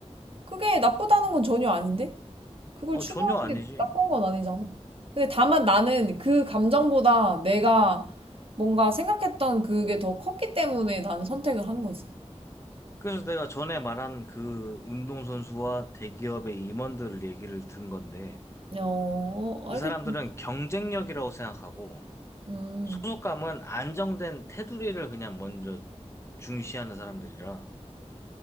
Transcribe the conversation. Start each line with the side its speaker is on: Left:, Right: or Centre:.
Right: 그게 나쁘다는 건 전혀 아닌데? 그걸
Left: 어,
Right: 추구하는
Left: 전혀 아니지.
Right: 게 나쁜 건 아니잖아.
Left: 어.
Right: 근데 다만 나는 그 감정보다 내가 뭔가 생각했던 그게 더 컸기 때문에 나는 선택을 한 거지.
Left: 그래서 내가 전에 말한 그 운동선수와 대기업의 임원들을 얘기를 든 건데,
Right: 어, 알겠어.
Left: 그 사람들은 경쟁력이라고 생각하고
Right: 음,
Left: 소속감은 안정된 테두리를 그냥 먼저 중시하는 사람들이라